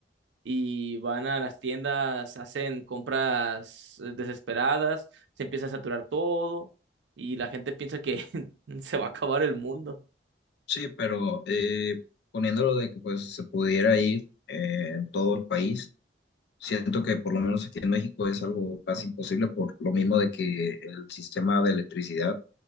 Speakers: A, on the right; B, on the left.
A: y van a las tiendas, hacen compras eh, desesperadas, se empieza a saturar todo y la gente piensa que <laughs> se va a acabar el mundo.
B: Sí, pero eh, poniéndolo de que pues se pudiera ir eh, en todo el país Siento que por lo menos aquí en México es algo casi imposible por lo mismo de que el sistema de electricidad